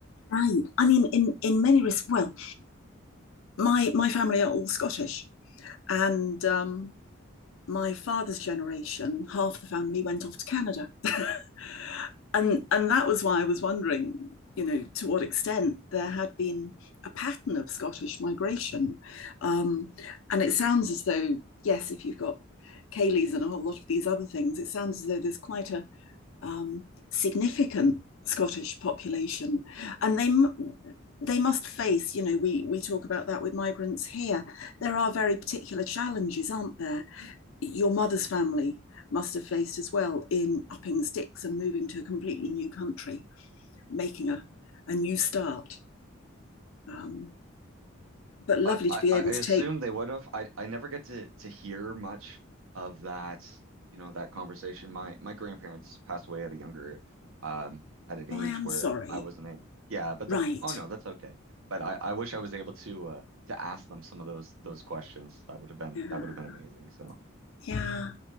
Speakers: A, on the left; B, on the right.
A: Right. I mean, in in many respects. well, my my family are all Scottish, and um, my father's generation, half the family went off to Canada. <laughs> and and that was why I was wondering, you know, to what extent there had been a pattern of Scottish migration. Um, and it sounds as though, yes, if you've got Cayleys and a whole lot of these other things, it sounds as though there's quite a um, significant Scottish population, and they they must face. You know, we we talk about that with migrants here. There are very particular challenges, aren't there? your mother's family must have faced as well in upping sticks and moving to a completely new country, making a, a new start. Um, but lovely
B: I, I,
A: to be able
B: I
A: to
B: assume
A: take,
B: they would have. I, I never get to to hear much of that, you know, that conversation. My my grandparents passed away at a younger, um, at an
A: oh,
B: age
A: I am
B: where
A: sorry.
B: I wasn't able. Yeah, but
A: Right.
B: the, oh no, that's okay. But I, I wish I was able to uh to ask them some of those those questions. That would have been
A: Yeah.
B: that would have been amazing. So
A: Yeah.